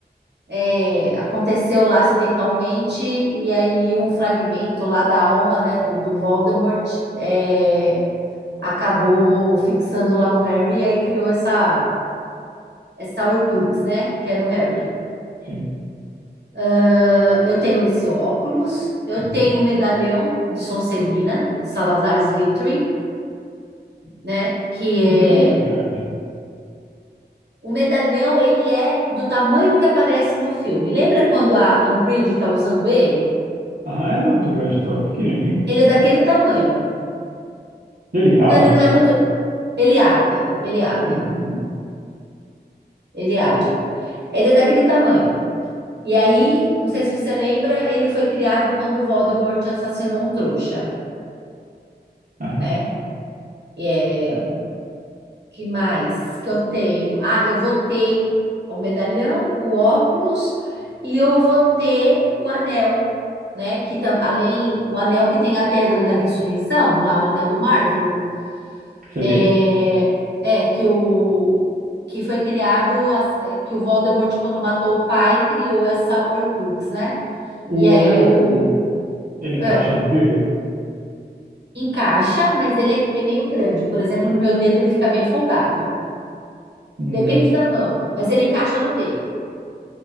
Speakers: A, on the right; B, on the right.
A: é, aconteceu lá acidentalmente, e aí um fragmento lá da alma, né, do, do Voldemort, é, acabou fixando lá no Harry, e aí criou essa, essa Horcrux, né, que era o Harry.
B: sim.
A: Ah, eu tenho esse óculos, eu
B: Uhum.
A: tenho um medalhão de Sonserina, de Salazar Slytherin, né? Que é
B: O medalhão é grande?
A: o medalhão, ele é do tamanho que aparece no filme. Lembra quando a Umbridge está usando ele?
B: Aham, ele não é muito grande, então, é pequenininho.
A: Ele é daquele tamanho.
B: Ele abre?
A: Não, ele não é muito. Ele abre, ele abre,
B: Uhum.
A: ele abre. Ele é daquele tamanho. E aí, não sei se você lembra, ele foi criado quando o Voldemort assassinou um trouxa,
B: Aham,
A: né? é Que mais que eu tenho? Ah, eu votei o medalhão, o óculos e eu votei o anel, né? Que tam, além o anel que tem a pedra da ressurreição, lá o anel do Marvolo,
B: sei.
A: é, é que o que foi criado as- é, que o Voldemort quando matou o pai criou essa Horcrux, né?
B: O
A: E aí
B: anel,
A: o
B: ele. Ele encaixa
A: é,
B: no dedo.
A: encaixa, mas ele é é meio grande. Por exemplo, no meu dedo ele fica bem folgado.
B: Hum.
A: Depende da mão, mas ele encaixa no dedo.